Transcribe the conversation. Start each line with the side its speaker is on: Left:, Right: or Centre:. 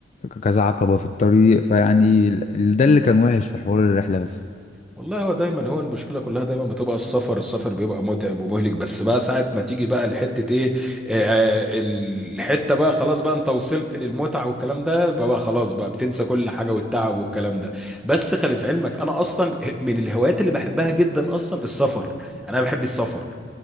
Left: كذا عقبة في الطريق فيعني ال- ال- ده اللي كان وحش في حوار الرحلة بس
Centre: والله هو دايما هو المشكله كلها دايما بتبقى السفر السفر بيبقى متعب ومهلك بس بقى ساعه ما تيجي بقى الحته ايه آه، آه، الحته بقى خلاص بقى انت وصلت للمتعه والكلام ده بقى, بقى خلاص بقى بتنسى كل حاجه والتعب والكلام ده بس خلي في علمك انا اصلا من الهوايات اللي بحبها جدا اصلا السفر انا بحب السفر